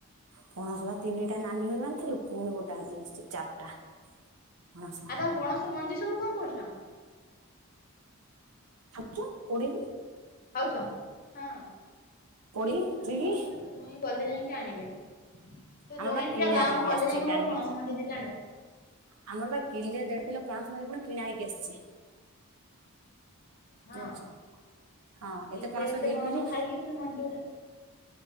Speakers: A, on the right (about 85°); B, on the left (about 40°).
A: ପଣସ ତିନିଟା ନାନୀ ଘରୁ ଆଣିଥିଲୁ ପୁଣି ଗୋଟେ ଆଜି ଆସିଛି ଚାରିଟା। ପଣସ।
B: ଆଉ ତମ ପଣସ ମଞ୍ଜି ସବୁ କଣ କରୁଛ?
A: ଖାଉଛୁ ପୋଡିକି।
B: ଖାଉଛ ହଁ ମୁଁ
A: ପୋଡି
B: ତାଲେ
A: ଚୁରିକି
B: ପଣସମଞ୍ଜି ତ ଜ୍ଵିଇ ଗଲେ ଯାଇକି ଆଣିବେ। ତ
A: ଆମର
B: ଜ୍ଵଇଁ
A: ବା
B: ଦିଟ
A: କିଣା
B: ଗାଁକୁ
A: ହେଇକି
B: ଗଲେ
A: ଆସିଛି
B: ଯାଇକି
A: କାଲି
B: ମୋର ପଣସ ମଞ୍ଜି ଦିଟା ଆଣିବେ।
A: ଆମର ବା କିଲେ ଦେଢ଼ କିଲୋ ପଣସ ମଞ୍ଜି ପୁରା କିଣା ହେଇକି ଆସିଛି।
B: ହଁ
A: ଜାଣିଛ। ହଁ
B: ଏତ ଏତେ
A: ହେଇକି
B: ପଣସ
A: ବି
B: ଖାଇକି ପୁଣି ମଞ୍ଚ ଗୋଡେ